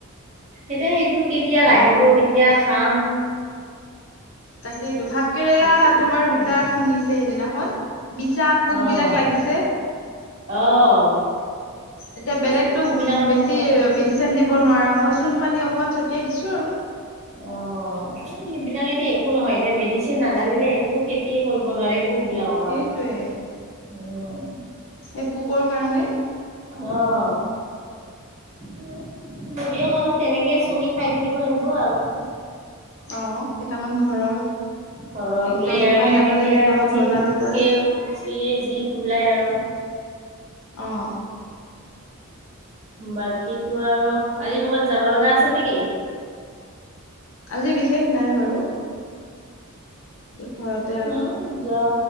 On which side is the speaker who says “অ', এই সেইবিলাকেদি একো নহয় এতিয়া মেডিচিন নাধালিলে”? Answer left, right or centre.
Right